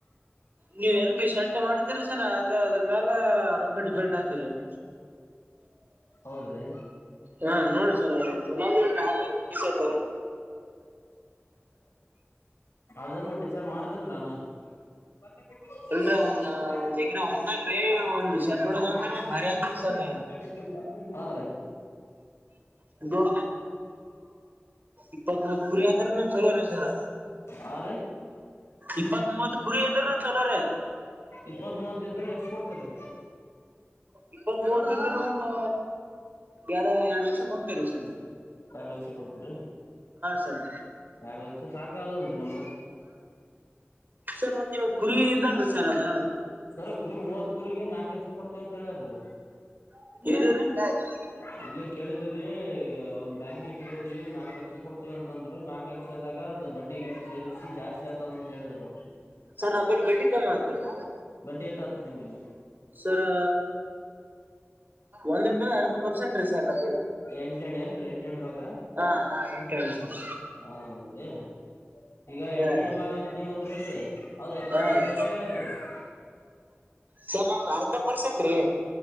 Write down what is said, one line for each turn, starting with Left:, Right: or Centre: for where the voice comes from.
Right: ನೀವ್ ಹೆಂಗ್ಗೆ ಶಡ್ಡ ಮಾಡ್ತೀರಿ ಸರ್ ಅದ ಅದ್ರ ಮೇಲೆ ರೊಕ್ಕ ಡಿಪೆಂಡ್ ಆಗ್ತರಿ <inaudible>
Left: ಹೌದ್ರಿ
Right: ಹಾ ನೋಡ್ರಿ ಸರ್ <unintelligible> ಕುರಿ ಶೆಡ್ಡು
Left: ಅದನ್ನು ಡಿಸೈಡ್ ಮಾಡ್ತೇನ್ ನಾನು <unintelligible>
Right: ಇಲ್ರ ಒಂದ್ ಒಂದ್ ಎಕರೆ ಹೊಲ್ದಾಗ್ರಿ ಒಂದ್ ಶೆಡ್ ಹೊಡದ ಅಂದ್ರ ಭಾರಿ ಆತ್ರಿ ಸರ್ ನೀವ್
Left: ಹಾರಿ
Right: ದೊಂದು ಇಪ್ಪತ್ ಮೂವತ್ ಕುರಿ ಆದ್ರ ಚಲೋ ರೀ ಸರ್
Left: ಹಾರಿ
Right: ಇಪ್ಪತ್ ಮೂವತ್ ಕುರಿ ಇದ್ದ್ರ ಚಲೋರಿ
Left: ಇಪ್ಪತ್ ಮೂವತ್ ಇದ ಇದ್ರೆ ಎಷ್ಟ ಕೊಡ್ತರಿ
Right: ಇಪ್ಪತ್ ಮೂವತ್ತರ ಒಂದು ಎರಡು ಎರಡ್ ಲಕ್ಷ ಕೊಡ್ತರಿ ಸರ್
Left: ಎರಡು ಲಕ್ಷ ಕೊಡ್ತೀರಿ
Right: ಸರಿ
Left: ಎರಡ್ ಲಕ್ಷ ಸಾಕಾಗಲ್ಲಲ್ರರಿ ನಮ್ಗ
Right: ಸರ್ ಮತ್ತ್ ನೀವು ಕುರಿ ಇದ್ದಗರೀ ಸರ್ ಅದ
Left: ಸರಿ ಕುರಿ ಮೂವತ್ ಕುರಿರಗೆ ನಾಕ್ ಲಕ್ಷ ಕೊಡ್ತೀವಿ ಅಂತ ಹೇಳ್ರಿ
Right: <unintelligible>
Left: ಇಲ್ಲೇ ಕೇಳಿದಿವ್ರೀ ಒಂದ್ ಬ್ಯಾಂಕ್ನ ಕೇಳಿದಿವವಿ ನಾಕ್ ಲಕ್ಷ ಕೊಡ್ತೀವ ಅಂತಂದ್ರ ನಾಕ್ ಲಕ್ಷ ದಾಗ ಅದು ಬಡ್ಡಿ ಗಿಡ್ಡಿ ಸೇರಿಸಿ ಜಾಸ್ತಿ ಆಗ್ತದ ಅಂತ ಹೇಳಿದ್ರು ಅವರು
Right: ಸರ್ ನಂಬಲ್ಲಿ ಬಡ್ಡಿ ಕಮ್ ಆಗ್ತದ್ರಿ
Left: ಬಡ್ಡಿಯಟ ಅತ್ರ ನಿಮ್ಮಬಲ್ಲಿ
Right: ಸರಾ ಒಂದ್ ರೂಪಾಯ ಅರ್ಧ ಪರ್ಸೆಂಟ್ ರೀ ಸರ್ ನಮ್
Left: ಎಂಟಣಿ ಅನ್ರಿ ಎಂಟಣಿ ಭಾಗ.
Right: ಹಾ ಹಾ ಎಂಟಣಿ ಸರ್.
Left: ಹ ಹೌದ್ರೀ ಈಗ ಎಂಟಣಿ
Right: ಹಾ ರೀ
Left: ಭಾಗ ಅಂತ ನೀವ ಅಂದ್ರಿ ಅಲ್ರಿ ಅವ್ರ್ ಎಪ್ಪತ್ತೈದ್
Right: ಹಾ ರೀ
Left: ತ <unintelligible>
Right: ಸರ್ ನ ಅರ್ಧ ಪರ್ಸೆಂಟ್ ರೀ.